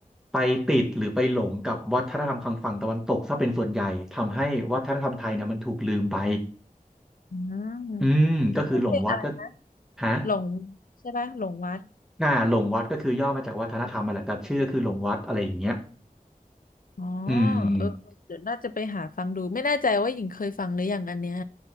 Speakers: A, in the centre; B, on the left (about 70°).
A: ไปติดหรือไปหลงกับวัฒนธรรมทางฝั่งตะวันตกซะเป็นส่วนใหญ่ทำให้วัฒนธรรมไทยเนี่ยมันถูกลืมไป
B: อืม
A: อืมก็คือหลงวัดก็
B: ชื่อเพลงอะไรนะ
A: ฮะ
B: หลงใช่ปะหลงวัด
A: น่าหลงวัดก็คือย่อมาจากวัฒนธรรมมาแหละแต่ชื่อก็คือหลงวัดอะไรอย่างเงี้ย
B: อ๋อ
A: อืม
B: เออเดี๋ยวน่าจะไปหาฟังดูไม่แน่ใจว่าหญิงเคยฟังหรือยังอันเนี้ย